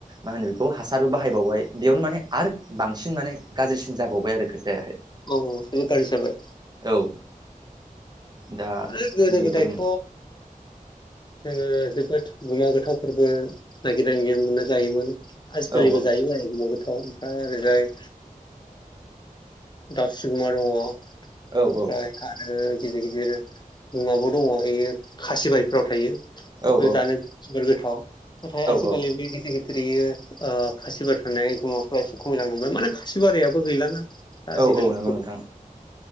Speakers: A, on the right; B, on the left.
A: मा होनो बेखौ हासारबो बाहायबावबाय बेयावनो माने आरो बांसिन माने गाज्रिसिन जाबावबाय आरो खोथायाहाय।
B: औ बिराद गारजि जाबाय
A: औ दा
B: ओ गोदो
A: बेफोरनो
B: गोदायथ' जोङो जोबोद गुमा गोथावफोरबो नागिर मोनो जायोमोन। आजिखालिबो
A: औ
B: जायोबो <unintelligible> ओमफ्राय ओरैजाय दाउस्रिगुमा दङ ओमफ्राय
A: औ औ
B: आरो गिदिर गिदिर मुङाबो दङ बे खासि बारिफोराव थायो बेफोर
A: औ
B: जानो जोबोर गोथाव नाथाय आजिखालि
A: औ
B: बे गिदिर ग्रेयो खासिबार थानाय बिमाफ्रा एसे खमायलांनो थांबाय माने खासिबारियाबो गैलाना दा
A: औ
B: आजिखालि
A: औ नंगौ नोंथां